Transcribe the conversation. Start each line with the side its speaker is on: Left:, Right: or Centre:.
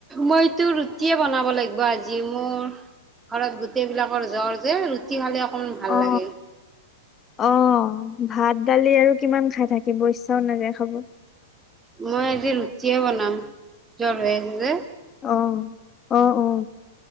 Right: মইতো ৰুটিয়ে বনাব লাগিব আজিও। ঘৰত গোটেই বিলাকৰ জ্বৰ যে ৰুটি খালে অকমান ভাল
Left: অ
Right: লাগে
Left: -অ ভাত। দালি আৰু কিমান খাই থাকিব ইচ্ছাও নাযায় খাব।
Right: মই আজি ৰুটিয়ে বনাম জ্বৰ হৈ আছে যে।
Left: অ- অ- অ